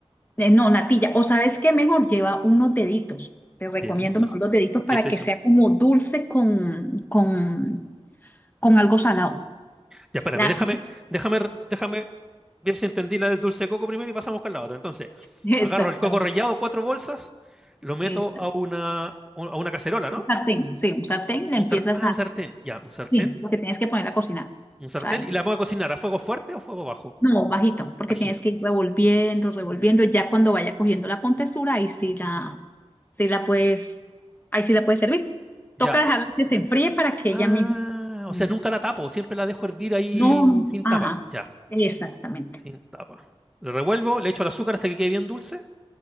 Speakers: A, on the left; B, in the centre.
A: eh, no, natilla, o sabes que mejor lleva unos deditos. Te recomiendo
B: deditos.
A: mejor los deditos para
B: ¿Qué es eso?
A: que sea como dulce con, con, con algo salado.
B: Ya, espérame,
A: La,
B: déjame, déjame, déjame. Bien, si entendí la del dulce de coco primero y pasamos con la otra. Entonces,
A: <laughs> exactamente,
B: agarro el coco rallado, cuatro bolsas, lo meto
A: exacto.
B: a una, a una cacerola, ¿no?
A: Un sartén, sí, un sartén, le
B: A
A: empiezas
B: un sar- ah,
A: a,
B: un sartén, ya, un sartén,
A: sí, porque tienes que poner a cocinar.
B: un sartén,
A: O sea,
B: y la pongo a cocinar a fuego fuerte o fuego bajo,
A: No, bajito, porque
B: bajito.
A: tienes que ir revolviendo, revolviendo. Ya cuando vaya cogiendo la contextura, ahí sí la, sí la puedes, ahí sí la puedes servir.
B: Ya.
A: Toca dejarla
B: pe-
A: que se enfríe para que
B: Ah,
A: ella misma.
B: o
A: Mm,
B: sea, nunca la tapo, siempre la dejo hervir ahí
A: No, no,
B: sin tapa,
A: ajá,
B: ya,
A: exactamente.
B: sin tapa. Lo revuelvo, le echo el azúcar hasta que quede bien dulce